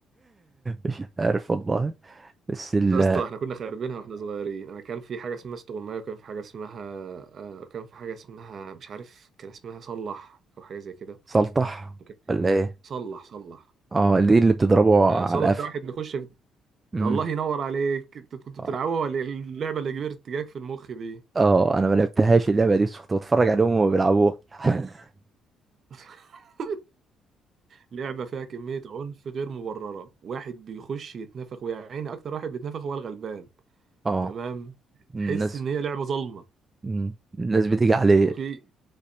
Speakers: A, on the right (about 20°); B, on the right (about 45°).
A: مش عارف والله بس ال
B: يا اسطى احنا كنا خاربينها واحنا صغيرين انا كان في حاجه اسمها استغمايه وكان في حاجه اسمها آه كان في حاجه اسمها مش عارف كان اسمها صلح او حاجه زي كده
A: سلطح
B: اوكي
A: ولا ايه
B: صلح صلح
A: اه دي اللي بتضربه
B: آه
A: على
B: صلح
A: القفا
B: ده واحد بيخش في...
A: امم.
B: الله ينور عليك انت كنت بتلعبوها
A: اه
B: ولا إيه؟ اللعبه اللي كبرت جاك في المخ دي
A: آه، انا ما لعبتهاش اللعبة دي بس كنت بتفرج عليهم وهما بيلعبوها <laughs>
B: <laughs> لعبه فيها كميه عنف غير مبرره واحد بيخش يتنفخ ويا عيني اكتر واحد بيتنفخ هو الغلبان
A: اه
B: تمام
A: الناس
B: تحس ان هي لعبه ظلمه
A: مم. الناس بتيجي عليه
B: وفي